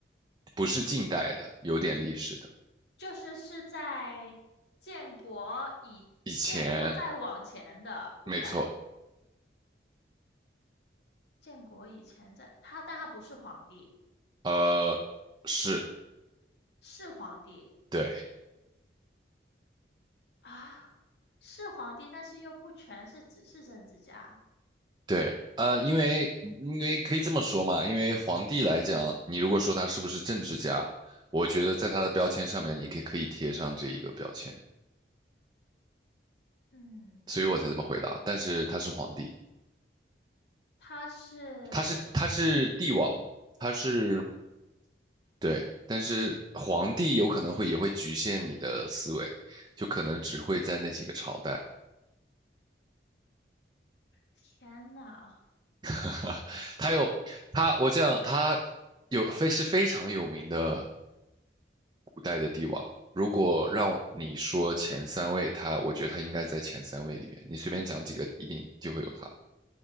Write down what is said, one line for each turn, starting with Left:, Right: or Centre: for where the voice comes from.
Right: 不是近代的，有点历史的。
Left: 就是是在建国以建国再往前的古代，
Right: 以前，没错，
Left: 建国以前在他，但他不是皇帝。
Right: 呃，是，
Left: 是皇帝
Right: 对
Left: 啊，是皇帝，但是又不全是只是政治家。
Right: 对，呃，因为因为可以这么说嘛，因为皇帝来讲，你如果说他是不是政治家，我觉得在他的标签上面，你可以可以贴上这一个标签，
Left: 嗯，
Right: 所以我才这么回答。但是他是皇帝，
Left: 他是，
Right: 他是他是帝王，他是对，但是皇帝有可能会也会局限你的思维，就可能只会在那几个朝代。
Left: 天呐，
Right: <laughs> 他有他，我这样，他有非是非常有名的古代的帝王。如果让你说前三位，他我觉得他应该在前三位里面。你随便讲几个，一定就会有他，